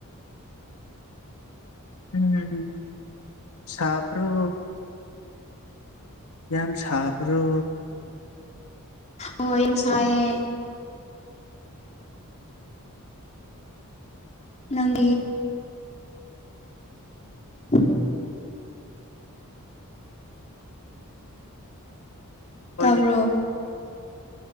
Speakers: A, on the left; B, on the left.
A: ꯎꯝ ꯁꯥꯄ꯭ꯔꯣ ꯌꯥꯝ ꯁꯥꯕ꯭ꯔꯣ
B: ꯑꯣꯦꯝ ꯁꯌꯦ ꯅꯪ ꯎꯝ
A: ꯄꯔ
B: ꯇꯥꯕ꯭ꯔꯣ